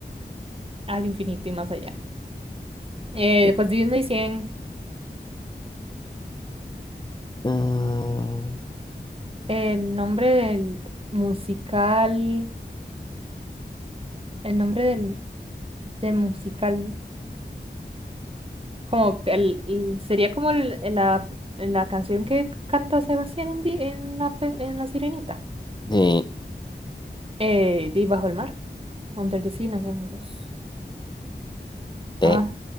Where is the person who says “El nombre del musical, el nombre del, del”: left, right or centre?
Right